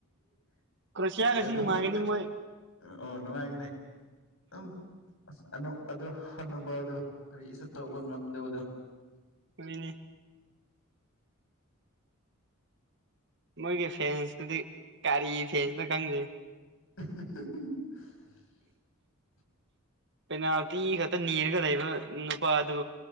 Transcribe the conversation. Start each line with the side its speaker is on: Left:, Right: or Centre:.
Right: ꯀ꯭ꯔꯣꯁꯤꯌꯥꯒꯁꯨ
Left: ꯑꯗꯨꯒ
Right: ꯅꯨꯡꯉꯥꯏꯒꯅꯤ ꯃꯣꯏ
Left: ꯑꯣ ꯅꯨꯡꯉꯥꯏꯒꯅꯤ ꯑꯗꯨꯝ ꯑ ꯑꯗꯨ ꯍꯅꯨꯕ ꯑꯗꯨ ꯀꯔꯤꯁꯨ ꯇꯧꯕ ꯉꯝꯗꯕꯗꯣ
Right: ꯀꯅꯦ ꯃꯣꯏꯒꯤ ꯐꯦꯟꯁꯇꯗꯤ ꯀꯔꯤ ꯐꯦꯟꯁꯇ ꯈꯪꯗꯦ
Left: <unintelligible>
Right: ꯄꯦꯅꯥꯜꯇꯤ ꯈꯛꯇ ꯅꯤꯔꯒ ꯂꯩꯕ ꯅꯨꯄꯥꯗꯨ